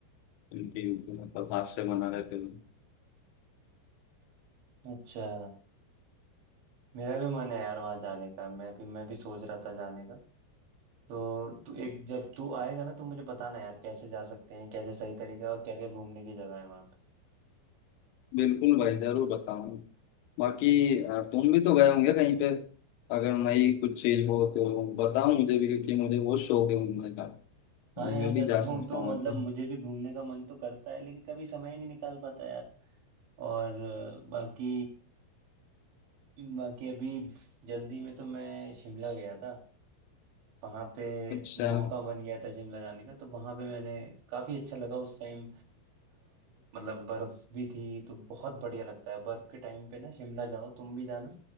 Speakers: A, on the left; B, on the right.
A: उनकी मतलब हाथ से बना रहे थे वो।
B: अच्छा मेरा भी मन है यार वहाँ जाने का मैं भी मैं भी सोच रहा था जाने का तो तू एक जब तू आएगा ना तो मुझे बताना यार कैसे जा सकते हैं कैसे सही तरीका है और क्या क्या घूमने की जगह है वहाँ पे
A: बिल्कुल भाई जरूर बताऊँ बाकी अ, तुम भी तो गए होंगे कहीं पे अगर नई कुछ चीज हो तो बताओ मुझे भी क्योंकि मुझे बहुत शौक है घूमने का
B: हाँ
A: मैं
B: यार सच
A: भी जा
B: कहूँ
A: सकता
B: तो
A: हूँ
B: मतलब
A: वहाँ पे
B: मुझे भी घूमने का मन तो करता है लेकिन कभी समय ही नहीं निकाल पाता यार और अ, बाकी बाकी अभी जल्दी में तो मैं शिमला गया था वहां पे
A: अच्छा
B: मौका बन गया था शिमला जाने का तो वहां पे मैंने काफी अच्छा लगा उस टाइम मतलब बर्फ भी थी तो बहुत बढ़िया लगता है बर्फ के टाइम पे ना शिमला जाओ तुम भी जाना